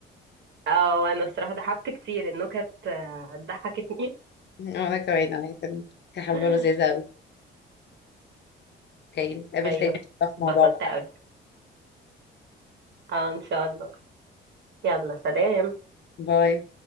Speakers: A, on the right; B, on the left.
A: اه انا الصراحه ضحكت كتير النكت آه، ضحكتني
B: وانا كمان انا كان كان حبة
A: <laughs>
B: لذيذة اوي اوكي نتقابل
A: ايوه
B: تاني في
A: اتبسطت
B: موضوع بقى
A: قوي اه ان شاء الله يلا سلام
B: باي